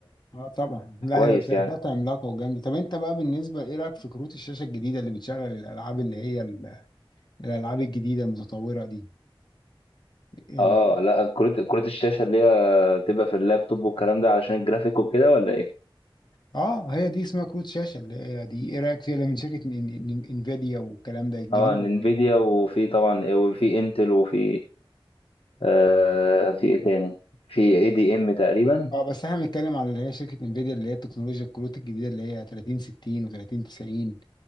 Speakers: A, on the left (about 50°); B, on the left (about 85°).
A: اه طبعا لا
B: فكويس
A: هي شركات
B: يعني
A: عملاقه وجامده طب انت بقى بالنسبه ايه رايك في كروت الشاشه الجديده اللي بتشغل الالعاب اللي هي الالعاب الجديده المتطوره دي ال...
B: اه لا كروت كروت الشاشه اللي هي تبقى في اللابتوب والكلام ده علشان الجرافيك وكده ولا ايه
A: اه هي دي اسمها كروت شاشه اللي هي دي ايه رايك فيها اللي من شركه إن- إن- انفيديا والكلام ده الجديده
B: اه انفيديا
A: اللي هي-
B: وفي طبعا وفي انتل وفي آه في ايه تاني في اي دي ام تقريبا
A: اه بس احنا بنتكلم على اللي هي شركه انفيديا اللي هي التكنولوجيا الكروت الجديده اللي هي 30 60 و30 90